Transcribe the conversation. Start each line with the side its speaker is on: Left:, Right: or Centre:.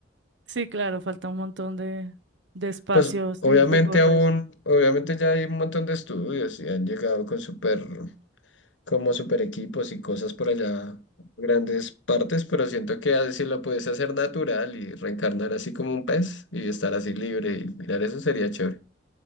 Right: Sí, claro, falta un montón de, de espacio
Left: Pues
Right: sin
Left: obviamente
Right: recorrer.
Left: aún, obviamente ya hay un montón de estudios y han llegado con súper como super equipos y cosas por allá, grandes partes, pero siento que así lo puedes hacer natural y reencarnar así como un pez y estar así libre y mirar eso sería chévere.